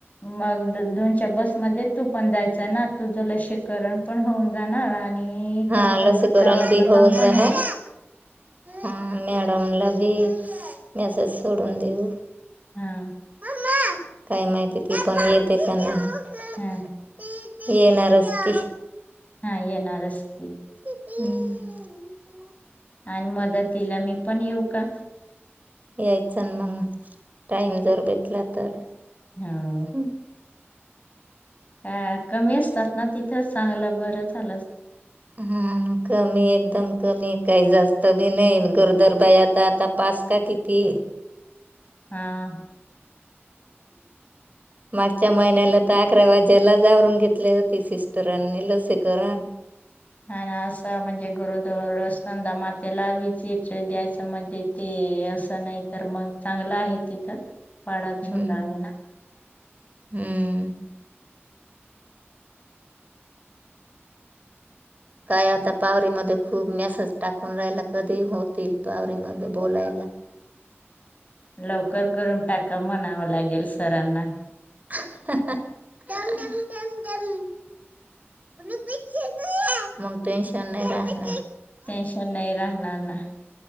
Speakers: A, on the left; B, on the right.
A: मग दो दोनच्या बस मध्ये तू पण जायचा ना. तुझं लसीकरण पण होऊन जाणार आणि इकडच
B: हा लसीकरण
A: गावातलं
B: बी होऊन
A: काम पण
B: जाणार हा मॅडमला बी मेसेज सोडून देऊ.
A: हा.
B: <unintelligible> काय माहिती ती पण येते काय नाही.
A: हा
B: येणारच ती.
A: नाय येणारच ती.
B: हम्म.
A: आणि मदतिला मी पण येऊ का?
B: यायचा ना मग टाइम जर भेटला तर.
A: ह्या ओ
B: हा
A: अ कमी असतात ना तिथं चांगलं बरं झालं अस
B: हा कमी एकदम कमी काही जास्त बी नाही गरोदर बाई आता आता पाच का किती
A: हा!
B: मागच्या महिन्याला तर आकरा वाज्याला आवरून घेतले होते सिस्टरांनी लसीकरण.
A: ह ना असं म्हणजे गरोदर स्तनदा मातेला विजिट द्यायचं म्हणजे ते असं नाही तर मग चांगलं आहे तिथं. पाडा
B: हम्म
A: छोटा आहे ना
B: हम्म! काय आता पावरीमध्ये खूप मेसेज टाकून राहीला कधी होतील पावरी मदे बोलायला.
A: लवकर करून टाका म्हणावं लागेल सरांना.
B: <unintelligible> <unintelligible> <unintelligible> नाही राहणार.
A: टेन्शन नाही राहणार. <inaudible>